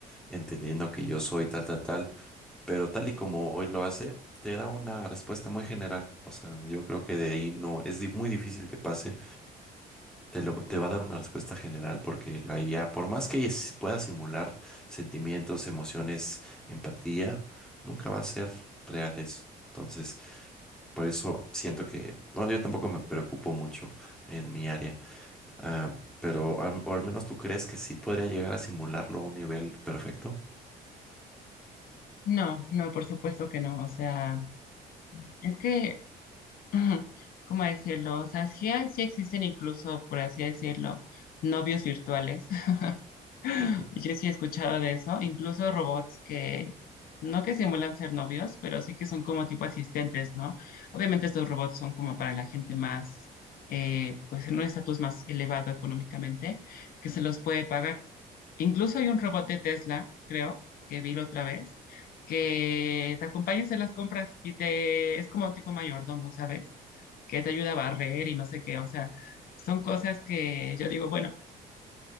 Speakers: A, in the centre; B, on the left.
A: entendiendo que yo soy tal, tal, tal, pero tal y como hoy lo hace, te da una respuesta muy general. O sea, yo creo que de ahí no, es di- muy difícil que pase, te, lo- te va a dar una respuesta general, porque la IA, por más que es- pueda simular sentimientos, emociones, empatía, nunca va a ser reales. Entonces... Por eso siento que, no, yo tampoco me preocupo mucho en mi área, Ah, pero al, o al menos tú crees que sí podría llegar a simularlo a un nivel perfecto.
B: No, no, por supuesto que no. O sea, es que, <clears throat> ¿cómo decirlo? O sea, sí, hay- sí existen incluso, por así decirlo, novios virtuales <laughs>
A: Ujú.
B: Y Yo sí he escuchado de eso, incluso robots que no que simulan ser novios, pero sí que son como tipo asistentes, ¿no? Obviamente estos robots son como para la gente más, eh, pues en un estatus más elevado económicamente, que se los puede pagar. Incluso hay un robot de Tesla, creo, que vi la otra vez, que te acompaña en las compras y te es como un tipo mayordomo, ¿sabes? Que te ayuda a barrer y no sé qué, o sea, son cosas que yo digo, bueno